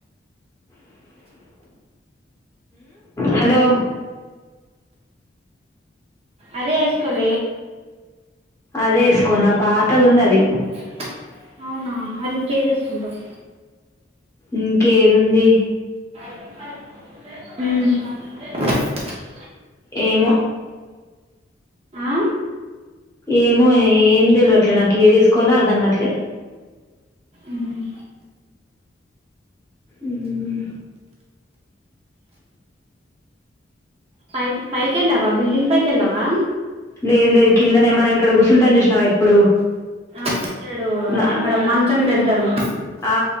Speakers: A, on the left; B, on the right.
A: హలో
B: అదే వేసుకోాల
A: అదే వేసుకోన్నా పాతగా ఉంది అది
B: అ అవునా మరి ఇంకేది వేసుకుంటావు
A: ఇంకేదంది
B: అ
A: ఏమో
B: ఆ
A: ఏమో ఏం తెలివట్లే నాకు ఏది తీసుకోవాలో అర్ధం కాట్లే
B: ఉమ్
A: ఉమ్
B: పై పైకిెళ్ళవ బిల్డింగ్ పైకిళ్ల్వా
A: లేదు లేదు కిందనే మనం ఇక్కడ కూర్సుుంటాం చూసినావా ఎప్పుడు
B: వచ్చాడు
A: నా
B: అక్కడ మంచం పెడతారు
A: ఆ